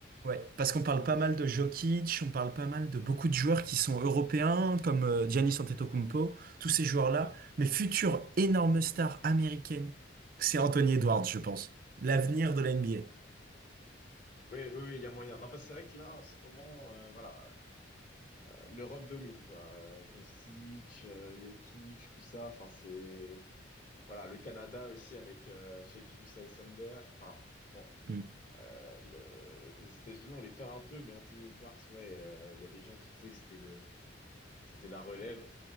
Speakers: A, on the right; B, on the left.
A: ouais, parce qu'on parle
B: Ça c'est
A: pas
B: possible.
A: mal de Jokic, on parle pas mal de beaucoup de joueurs qui sont européens, comme euh, Giannis Antetokounmpo, tous ces joueurs-là.
B: Ouais.
A: Mais future énorme star américaine, c'est Anthony Edwards, je pense. L'avenir de la NBA.
B: Oui, oui, oui, il y a moyen. Non, parce que c'est vrai que là, en ce moment, euh, voilà, euh, l'Europe domine, quoi. Euh, Doncic, euh, Jokic, tout ça, enfin, c'est... Voilà, le Canada aussi avec euh, chez Julius Alexander. Enfin, bon,
A: Mm.
B: euh, le- les États-Unis, on les perd un peu, mais Anthony Edwards, ouais, euh, il y a des gens qui disaient que c'était le, que c'était la relève.